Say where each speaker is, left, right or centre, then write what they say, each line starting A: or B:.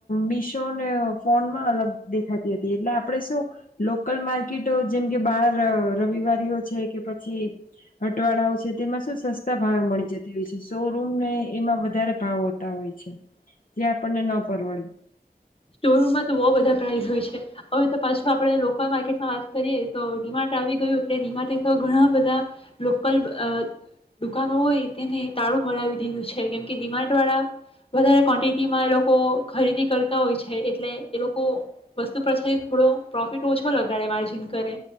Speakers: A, on the left; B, on the left.
A: મીશો ને ફોનમાં અલગ દેખાતી હતી. એટલે આપડે શું લોકલ માર્કેટો જેમ કે બાર રવિવારીઓ છે કે. પછી હટવાડાઓ છે તેમાં શું સસ્તા ભાવે મળી જતી હોય છે શોરૂૂમ ને એમાં વધારે ભાવ હોતા હોય છે જે્યા આપણને ન પરવડે.
B: સ્ટોર રૂમમાં તો બહુ બધા પ્રાઇસ હોય છે હવે તો પાછું આપડે લોકલ માર્કેટમાં વાત કરીએ તો ડીમાર્ટ આવી ગયું. એટલે ડીમાર્ટે તો ઘણા બધા લોકલ દુકાનો હોય તેને તાળું મવી દીધું છે. કેમકે ડીમાર્ટ વાળા વધારે ક્વન્ટિટીમાં એ લોકો ખરીદી કરતા. હોય છે એટલે એ લોકો વસ્તુ પાછાથી થોડો પ્રોફિટ ઓછો લગાડે માર્જિન કરે